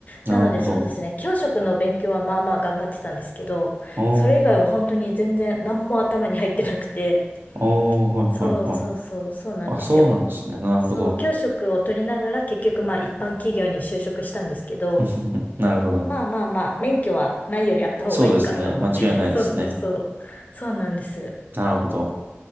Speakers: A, on the right; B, on the left.
A: なるほど。
B: なのでそうですね、教職の勉強はまあまあ頑張ってたんですけど、
A: あー
B: それ以外は本当に全然何も頭に入ってなくて。
A: あー、はいはいはい。
B: そうそうそう、そうなんですよ。
A: あ、そうなんですね。なるほど。
B: そう、教職を取りながら結局まあ一般企業に就職したんですけど、
A: <laughs> なるほど。
B: まあまあまあ、免許はないよりあった方がいいかと思って。
A: そうですね。間違いないですね。
B: <laughs> そうそうそう。そうなんです。
A: なるほど。